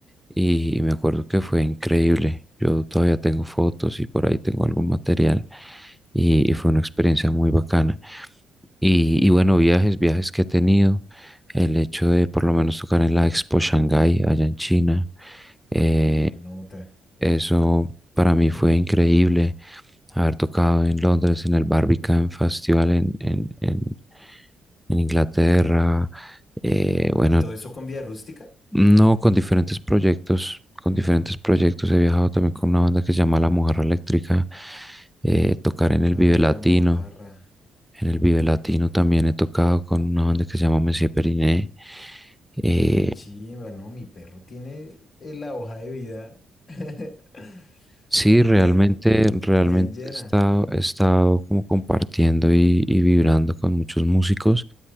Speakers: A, in the centre; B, on the left.
A: y, y me acuerdo que fue increíble. Yo todavía tengo fotos y por ahí tengo algún material y, y fue una experiencia muy bacana. Y, y bueno, viajes, viajes que he tenido, el hecho de por lo menos tocar en la Expo Shanghai allá en China, eh,
B: Uf, qué nota.
A: eso para mí fue increíble, haber tocado en Londres, en el Barbican Festival en, en, en, en Inglaterra, eh, bueno,
B: ¿Y todo eso con vida Rústica?
A: no con diferentes proyectos, con diferentes proyectos he viajado también con una banda que se llama La Mojarra Eléctrica, eh, tocar en
B: Claro,
A: el Vive Latino.
B: la mojarra.
A: En el Vive Latino también he tocado con una banda que se llama Monsieur Periné. Eh,
B: Qué chimba, ¿no? Mi perro tiene eh, la hoja de vida <laughs>
A: sí,
B: bien,
A: realmente, realmente
B: bien llena.
A: he estado, he estado como compartiendo y, y vibrando con muchos músicos